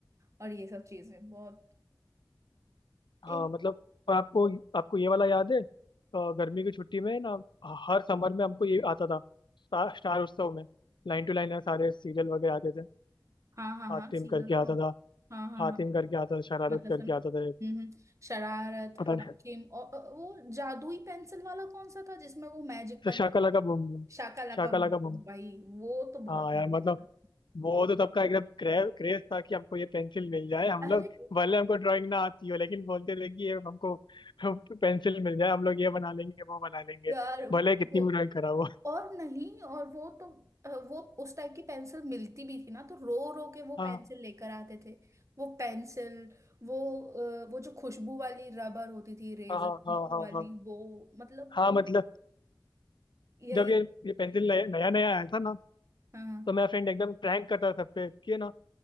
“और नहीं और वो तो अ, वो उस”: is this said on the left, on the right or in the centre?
Right